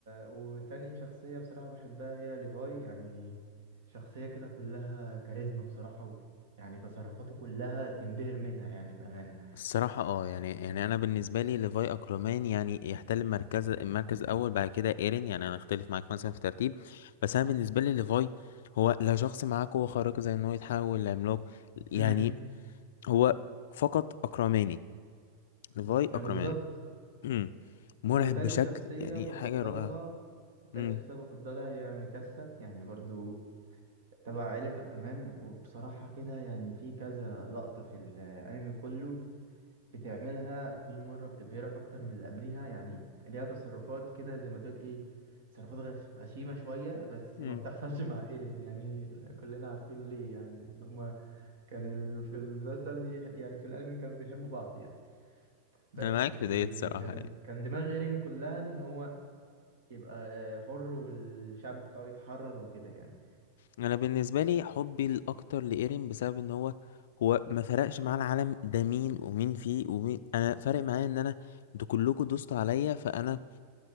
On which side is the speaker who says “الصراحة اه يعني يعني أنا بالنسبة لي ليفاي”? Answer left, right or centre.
Left